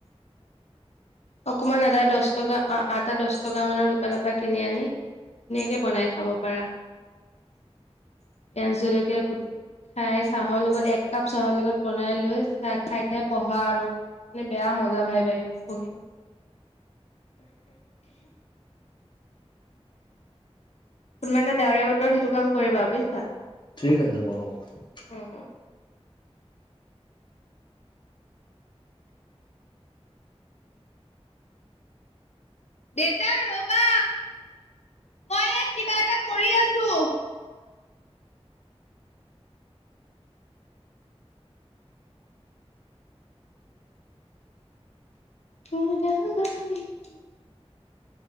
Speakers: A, on the left (about 80°); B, on the left (about 45°).
A: অকমান আদা দহ টকা অ' আটা দহ টকা মানৰ দোকানৰ পৰা কিনি আনি। ধুনীয়াকে বনাই খাব পাৰা পিয়াজ জলকীয়া কুটি। খাই চাহৰ লগত এক কাপ চাহৰ লগত বনাই লৈ চাহ খাই খাই পঢ়া আৰু। মানে বেয়া মজা ভাই বাঢ়িব পঢ়ি। কোনোবা এদিনা ডাৱৰীয়া বতৰত সেইটো কাম কৰিবা বুজিছা।
B: ঠিক আছে বাৰু হ'ব।
A: উম। দেতা ৰবা, মই ইয়াত কিবা এটা কৰি আছো। <unintelligible>